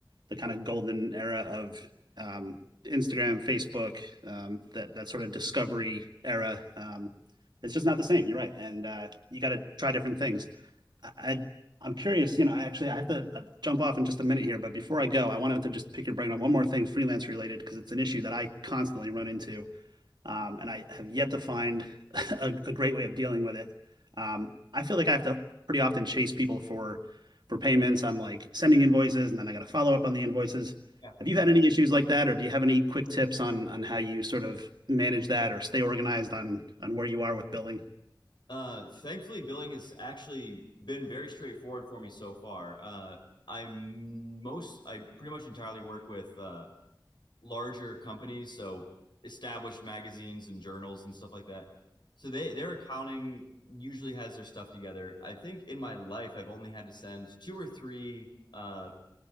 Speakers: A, on the right; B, on the left.
A: the kind of golden era of um, Instagram, Facebook, um, that that sort of discovery era. Um, it's just not the same. You're right, and uh, you got to try different things. I, I am curious. You know, I actually I have to uh, jump off in just a minute here, but before I go, I wanted to just pick your brain on one more thing freelance related because it's an issue that I constantly run into um, and I have yet to find <laughs> a, a great way of dealing with it. Um, I feel like I have to pretty often chase people for for payments. I'm like sending invoices, and then I got to follow up on the invoices.
B: Yeah.
A: Have you had any issues like that, or do you have any quick tips on on how you sort of manage that or stay organized on on where you are with billing?
B: Uh, thankfully, billing has actually been very straightforward for me so far. Uh, I'm most, I pretty much entirely work with uh, larger companies, so established magazines and journals and stuff like that. So they their accounting usually has their stuff together. I think in my life I've only had to send two or three uh,